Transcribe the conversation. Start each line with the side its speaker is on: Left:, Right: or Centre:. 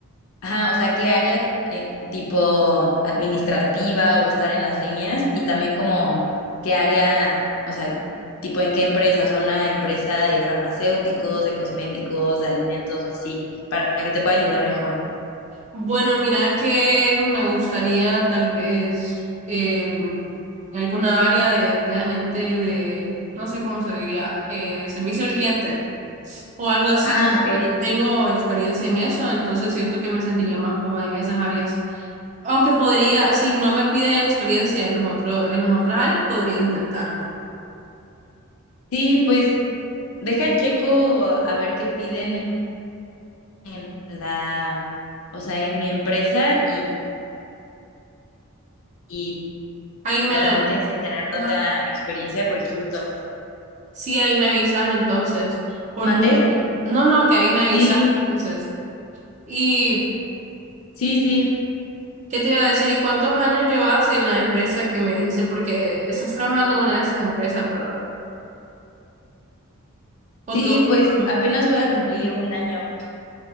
Left: Ajá, o sea, ¿qué área eh, tipo administrativa o estar en las líneas? Y también como qué área, o sea, tipo en qué empresa, o sea, una empresa de farmacéuticos, de cosméticos, de alimentos o así, para que te pueda ayudar mejor.
Right: Bueno, mira que me gustaría tal vez eh, alguna área de, de agente de, no sé cómo se diría, eh, servicio al cliente. o algo así,
Left: Ah,
Right: porque
Left: ok.
Right: tengo experiencia en eso, entonces siento que me sentiría más cómoda en esas áreas. Aunque podría, si no me pide experiencia en los otro- en las otras áreas, podría intentarlo.
Left: Sí, pues deja checo a ver qué piden en la, o sea, en mi empresa y, y
Right: Ahí me,
Left: tas- no tienes que tener
Right: ajá,
Left: tanta experiencia porque justo.
Right: sí, ahí me avisas entonces, porque,
Left: ¿Mandé?
Right: no, no, que ahí me avisas
Left: Sí,
Right: entonces. ¿Y
Left: sí, sí.
Right: qué te iba a decir? ¿Y cuántos años llevas en la empresa que me dijiste? Porque estás trabajando en una de esas empresas, ¿verdad? O
Left: Sí,
Right: tú,
Left: pues
Right: ajá.
Left: apenas voy a cumplir un año.